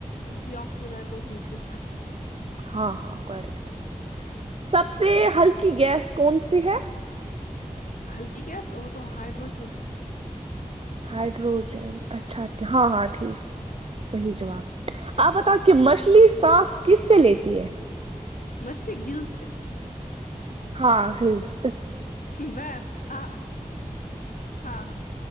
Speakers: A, on the left (about 80°); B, on the right (about 50°).
A: deoxyribonucleic acid
B: ہاں ہاں کریکٹ سب سے ہلکی گیس کون سی ہے
A: ہلکی گیس وہ تو ہائیڈروجن ہے
B: ہائیڈروجن اچھا ہاں ہاں ٹھیک صحیح جواب آپ بتاؤ کہ مچھلی سانس کس سے لیتی ہے
A: مچھلی گیٹسے
B: ہاں گیٹس
A: بند ہاں ہاں